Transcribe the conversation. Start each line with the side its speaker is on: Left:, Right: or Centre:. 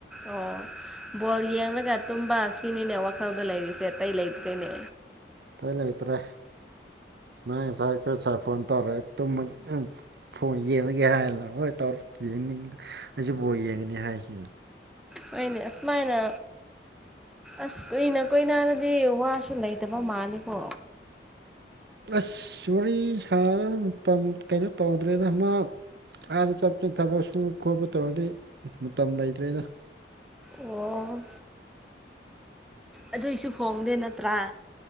Centre: ꯑꯣ ꯕꯣꯜ ꯌꯦꯡꯂꯒ ꯇꯨꯝꯕ ꯁꯤꯅꯤꯅꯦ ꯋꯥꯈꯜꯗ ꯂꯩꯔꯤꯁꯦ ꯑꯇꯩ ꯂꯩꯇ꯭ꯔꯦꯅꯦ꯫
Right: ꯏꯇꯩ ꯂꯩꯇ꯭ꯔꯦ ꯅꯣꯏ ꯉꯁꯥꯏ ꯑꯩꯈꯣꯏ ꯁꯥꯏ ꯐꯣꯟ ꯇꯧꯔꯛꯑꯦ꯫ ꯇꯨꯝꯃ ꯐꯣꯟ ꯌꯦꯡꯑꯒꯦ ꯍꯥꯏꯔꯅ ꯍꯣꯏ ꯇꯧꯔꫭ ꯌꯦꯡꯅꯤꯡꯗ ꯑꯩꯁꯨ ꯕꯣꯜ ꯌꯦꯡꯒꯅꯤ ꯍꯥꯏ꯫ <inaudible>
Centre: ꯍꫭꯏꯅꯦ ꯑꯁꯨꯃꯥꯏꯅ ꯑꯁ ꯀꯨꯏꯅ ꯀꫭꯏꯅꯔꯗꯤ ꯋꯥꯁꯨ ꯂꯩꯇꯕ ꯃꯥꯂꯦꯀꯣ꯫
Right: ꯑꯁ ꯋꯥꯔꯤ ꯁꯥꯗꯅ‌ ꯃꯇꯝ ꯀꯩꯅꯣ ꯇꯧꯗ꯭ꯔꯦꯗ ꯃꯥ ꯑꯥꯗ ꯆꯠꯄ ꯊꯕꯛ ꯁꯨ ꯈꯣꯠꯄ ꯇꯧꯔꯗꯤ ꯃꯇꯝ ꯂꯩꯇ꯭ꯔꯦꯗ꯫
Centre: ꯑꯣ ꯑꯗꯨꯏꯁꯨ ꯐꯣꯡꯗꯦ ꯅꯠꯇ꯭ꯔꯥ꯫